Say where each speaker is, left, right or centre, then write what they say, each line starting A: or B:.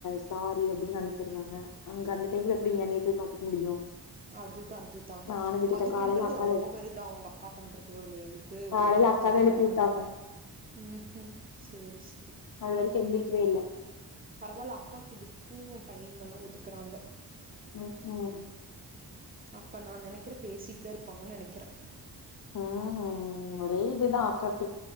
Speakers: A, on the left; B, on the right.
A: சாரி அப்டின்னு அனுப்ச்சிருந்தாங்க அங்க அந்த டைம்ல எப்டி என்னய போய் பாத்துக்க முடியு
B: அதுதா அதுதா
A: நானு விட்டுட்டே
B: அது
A: காலைல
B: பண்றது
A: அக்காதா
B: ஓவருதா உங்க அக்கா பண்றது ஒரு இது
A: காலைல
B: ஒரு இதே
A: அக்காதா
B: இல்லாம
A: எழுப்பி விட்டாங்க
B: ம் ம் சேரி சேரி
A: அது வரைக்கு எந்திரிக்கவே இல்ல
B: பரவால அக்காக்கு இதுக்கு டைம் எல்லா ஒதுக்கறாங்க
A: ம் ம்
B: அப்ப நா நெனைக்கிற பேசிட் தா இருப்பாங்கன் நெனைக்கிற
A: ம் ஒரே இதுதா ஆக்காக்கு